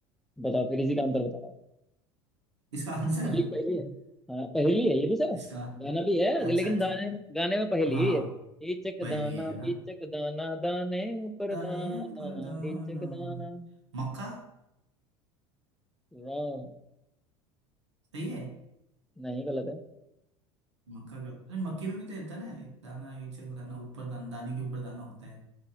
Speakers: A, in the centre; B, on the right (about 85°).
A: बताओ फिर इसी का अंतर बताओ आप।
B: इसका आंसर
A: ये भी एक पहेली है हाँ पहेली है ये भी सर
B: इसका
A: गाना भी है
B: अच्छा
A: लेकिन
B: अच्छा
A: गाने में गाने में पहेली
B: हाँ
A: ही है ईचक
B: पहली
A: दाना
B: ये है ना
A: बीचक दाना दाने ऊपर
B: तने
A: दाना
B: पर दाना
A: ईचक दाना
B: मक्का
A: रॉन्ग
B: सही है
A: नहीं गलत है
B: मक्का का अरे मक्के में भी तो होता है ना एक दाना इचक दाना ऊपर दाना दाने के ऊपर दाना होता है